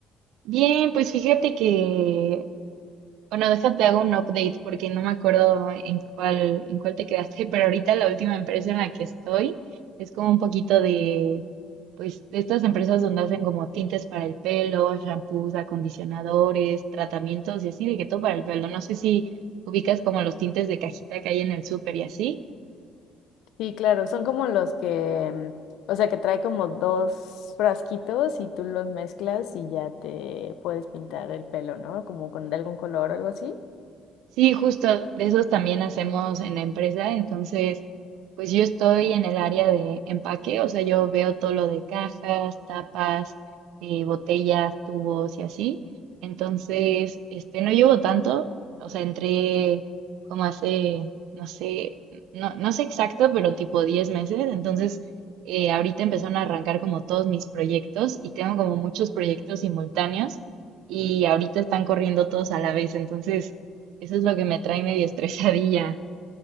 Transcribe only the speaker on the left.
Sí, claro, son como los que, mm, o sea, que trae como dos frasquitos y tú los mezclas y ya te puedes pintar el pelo, ¿no? Como con de algún color o algo así.